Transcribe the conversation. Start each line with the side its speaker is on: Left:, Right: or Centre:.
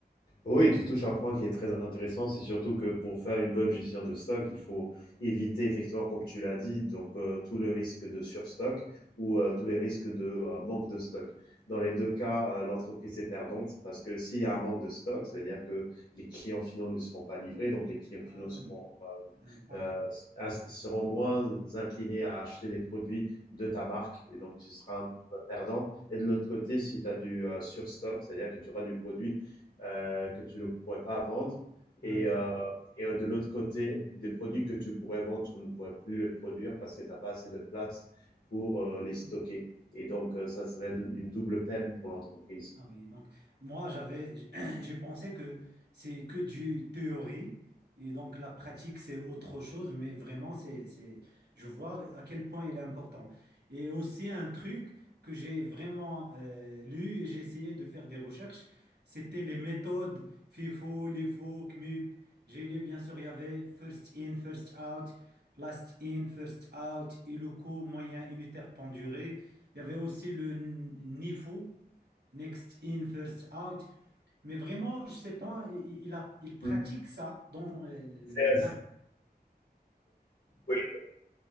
Left: Oui, tu touches un point qui est très intéressant. C'est surtout que pour faire une bonne gestion de stock, il faut éviter effectivement, comme tu l'as dit, donc euh, tout le risque de surstock ou euh, tous les risques de euh, manque de stock. Dans les deux cas, euh, l'entreprise est perdante parce que s'il y a un manque de stock, ça veut dire que les clients finaux ne seront pas livrés, donc les clients
Right: Ah
Left: finaux seront,
Right: oui,
Left: euh,
Right: l'impact.
Left: euh, as- seront moins inclinés à acheter des produits de ta marque et donc tu seras un perdant. Et de l'autre côté, si tu as du euh, surstock, c'est-à-dire que tu auras du produit euh, que tu ne pourrais pas vendre.
Right: Ah
Left: Et, euh, et euh, de l'autre côté, des produits que tu pourrais vendre, tu ne pourrais plus les produire parce que tu n'as pas assez de place pour euh, les stocker.
Right: oui.
Left: Et donc, euh, ça serait une double peine pour l'entreprise.
Right: Ah oui, donc moi j'avais <clears throat> j'ai pensé que c'est que du théorie et donc la pratique c'est autre chose, mais vraiment c'est c'est je vois à quel point il est important. Et aussi un truc que j'ai vraiment euh, lu et j'ai essayé de faire des recherches, c'était les méthodes FIFO, LIFO, CMUP. J'ai lu bien sûr il y avait first in, first out, last in, first out, et le coût moyen unitaire penduré. Il y avait aussi le NIFO. Next in, first out. Mais vraiment, je sais pas, il, il a, il pratique
Left: Mm.
Right: ça dans euh,
Left: C'est, euh,
Right: la
Left: oui,